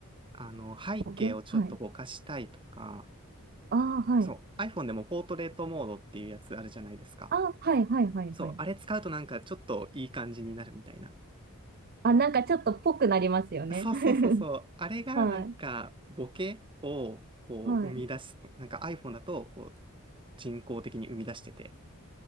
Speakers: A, on the right; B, on the right.
A: あの、背景をちょっとぼかしたいとか、
B: ボケはい。ああ、はい。
A: そう、iPhone でもポートレートモードっていうやつあるじゃないですか。
B: ああ、はい、はい、はい、
A: そう、
B: はい。
A: あれ使うとなんかちょっといい感じになるみたいな。
B: あ、なんかちょっとぽくなりますよね。
A: そうそうそうそう。
B: <laughs>
A: あれがなんかボケをこう生み出す、
B: はい、はい。
A: なんか iPhone だとこう人工的に生み出してて、